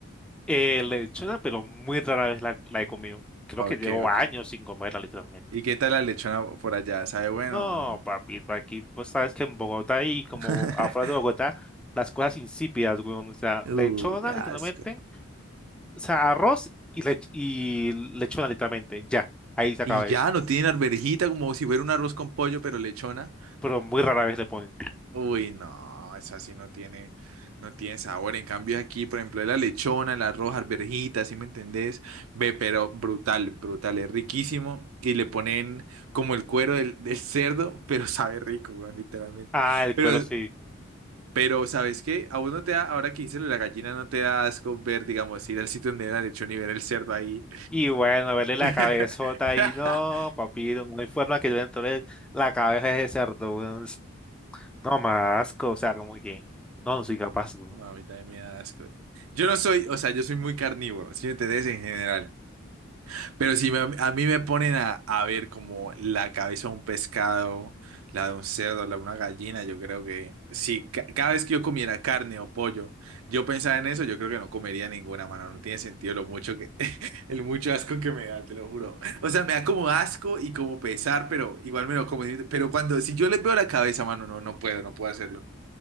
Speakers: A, in the centre; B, on the right (about 80°).
A: Eh, lechona, pero muy rara vez la, la he comido. Creo
B: Ok,
A: que llevo
B: ok.
A: años sin comerla, literalmente.
B: ¿Y qué tal la lechona por allá? ¿Sabe bueno
A: No,
B: o no?
A: papito, aquí, pues sabes que en Bogotá y como
B: <laughs>
A: afuera de Bogotá, las cosas insípidas, weón. O sea,
B: Uy,
A: lechona,
B: qué
A: literalmente.
B: asco.
A: O sea, arroz y, lech- y lechona, literalmente. Ya, ahí se acaba
B: Y ya,
A: eso.
B: no tienen arvejita como si fuera un arroz con pollo, pero lechona.
A: Pero muy rara vez le ponen.
B: Uy, no, esa sí no tiene, no tiene sabor. En cambio aquí, por ejemplo, la lechona, el arroz, arvejita, ¿sí me entendés? Ve, pero brutal, brutal, es riquísimo. Y le ponen como el cuero del, del cerdo, <laughs> pero sabe rico, weón, literalmente.
A: Ah, el
B: Pero
A: cuero sí.
B: Pero, ¿sabes qué? A uno te da, ahora que hice lo de la gallina, no te da asco ver, digamos, ir al sitio donde era el lechón y ver el cerdo ahí.
A: Y bueno, verle la
B: <laughs>
A: cabezota ahí, no, papito, no hay forma que yo le entre la cabeza de ese cerdo, weón. No, más asco, o sea, como que, no, no soy capaz, weón.
B: No, a mí también me da asco. Yo no soy, o sea, yo soy muy carnívoro, si me entendés en general. Pero si me- a mí me ponen a, a ver como la cabeza de un pescado, la de un cerdo, la de una gallina, yo creo que si ca- cada vez que yo comiera carne o pollo, yo pensaba en eso, yo creo que no comería ninguna, mano. No tiene sentido lo mucho que, <laughs> el mucho asco que me da, te lo juro. O sea, me da como asco y como pesar, pero igual me lo como. Pero cuando, si yo les veo la cabeza, mano, no, no puedo, no puedo hacerlo.